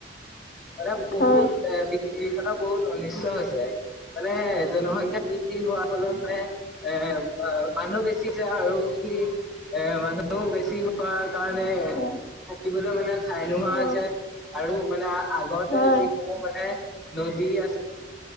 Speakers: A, in the centre; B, on the left (about 60°).
A: মানে বহুত
B: হয়
A: পৃথিৱীখনো বহুত অনিষ্ট হৈ যায়। মানে জনসংখ্যা বৃদ্ধি হোৱাৰ ফলত মানে এ মানুহ বেছি যায় আৰু কি এ মানুহ বেছি হোৱা কাৰণে
B: হয়
A: থাকিবলৈ মানে ঠাই নোহোৱা হৈছে
B: অ
A: আৰু মানে আগতে
B: হয়
A: যিসমূহ মানে নদী আছিল